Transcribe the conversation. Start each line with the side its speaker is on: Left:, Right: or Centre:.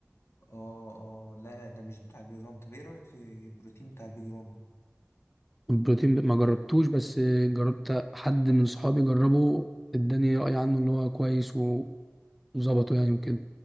Left: اه اه لا لا ده مش بتاع البيج رامي طب ايه رايك في البروتين بتاع البيج رامي
Centre: البروتين ب- ما جربتوش بس جربت حد من صحابي جربه اداني راي عنه اللي هو كويس و- وظبطه يعني وكده